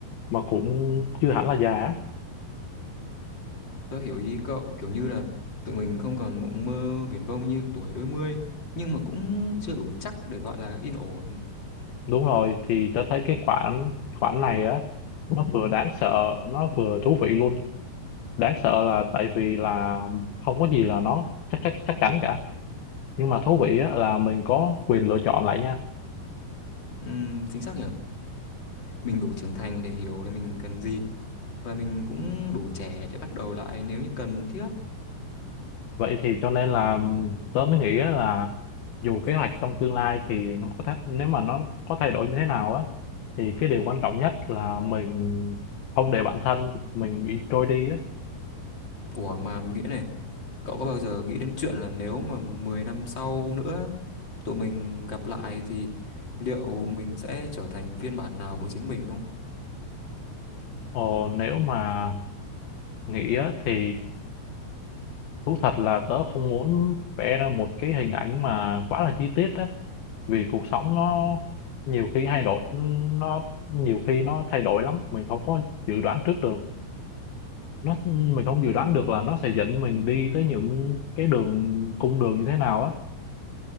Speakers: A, on the left; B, on the left.
A: mà cũng chưa hẳn là già á.
B: Tớ hiểu ý cậu kiểu như là tụi mình không còn mộng mơ viển vông như tuổi đôi mươi nhưng mà cũng chưa đủ chắc để gọi là yên ổn.
A: đúng rồi thì tớ thấy cái khoản khoản này á nó vừa đáng sợ nó vừa thú vị luôn đáng sợ là tại vì là không có gì là nó chắc chắc chắc chắn cả nhưng mà thú vị á là mình có quyền lựa chọn lại nha
B: Ừm, chính xác nhỉ? Mình đủ trưởng thành để hiểu là mình cần gì và mình cũng đủ trẻ để bắt đầu lại nếu như cần thiết.
A: vậy thì cho nên là tớ mới nghĩ á là dù kế hoạch trong tương lai thì nó có thay, nếu mà nó có thay đổi như thế nào á thì cái điều quan trọng nhất là mình không để bản thân mình bị trôi đi á
B: Ủa mà nghĩa này, cậu có bao giờ nghĩ đến chuyện là nếu mà 10 năm sau nữa tụi mình gặp lại thì liệu mình sẽ trở thành phiên bản nào của chính mình không?
A: Ờ, nếu mà nghĩ á, thì thú thật là tớ không muốn vẽ ra một cái hình ảnh mà quá là chi tiết á vì cuộc sống nó nhiều khi thay đổi nó nhiều khi nó thay đổi lắm mình không có dự đoán trước được nó mình không dự
B: Ừm,
A: đoán được là nó sẽ dẫn mình đi tới những cái đường cung đường như thế nào á